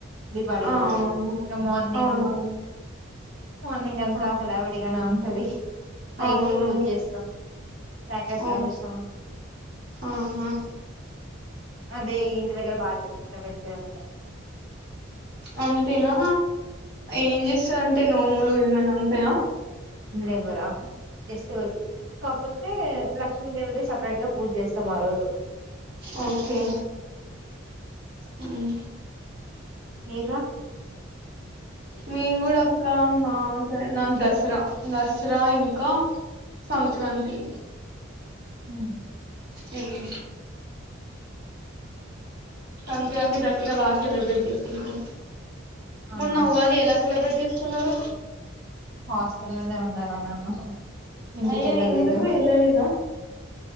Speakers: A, on the right (about 80°); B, on the right (about 50°).
A: దీవాళి
B: ఆ
A: రోజు
B: అవును
A: ఇంకా మార్నింగ్
B: అవునవును
A: మార్నింగ్ అంతా
B: ఆ
A: హడావిడిగానే హు తావి నైట్
B: అవును
A: కి పూజ చేస్తాం క్రాకర్స్
B: ఓ
A: కాలుస్తాం
B: ఆహా
A: అదే ఇంటి దగ్గర బాగా తెచ్చుకు ఫెస్వల్గా
B: అంతేనా ఎంచెస్ స్ అంటే నోములు ఏమైనా ఉంటాయా
A: ఇపురా జస్ట్ కాకపోతే లష్ ఏమంది సపరేట్ గ పూజెస్తాం ఆ రోజు
B: ఒకే హ్మ్
A: మీరు
B: మీన్ కూడా అక్క మాక్క నాకు దసర దస్ సరా ఇంక సంక్రాంతి
A: హ్మ్
B: హ్మ్ సంక్రాంతి దసర బా సెలబ్రేట్ చేసుకుంటాం
A: అవునా
B: మొన్న ఉగాది ఎలా సెలబ్రేట్ చేసుకున్నారు
A: హాస్టల్ లోనే ఉన్నా రా నేను ఇంటికి
B: అయ్యా
A: వెళ్ళలేదు
B: ఎందుకు వెళ్ళలేదా